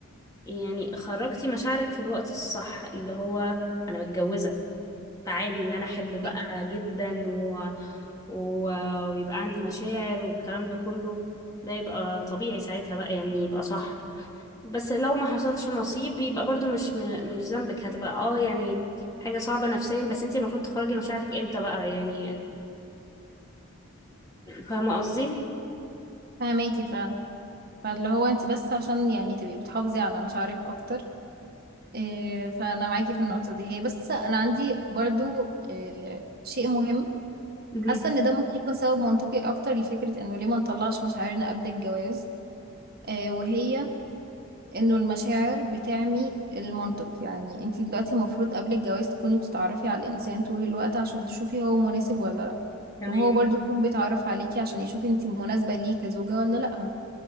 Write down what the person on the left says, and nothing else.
يعني خرجتي مشاعرك في الوقت الصح اللي هو أنا متجوزة فعادي إن أنا أحب بقى
جدا و... و... ويبقى عندي مشاعر والكلام ده كله ده يبقى طبيعي ساعتها بقى يعني يبقى صح بس لو ما حصلش نصيب يبقى برضو مش م... مش ذنبك هتبقى اه يعني حاجة صعبة نفسيا بس انت المفروض تخرجي مشاعرك امتى بقى يعني فاهمة قصدي؟
مهم.
تمام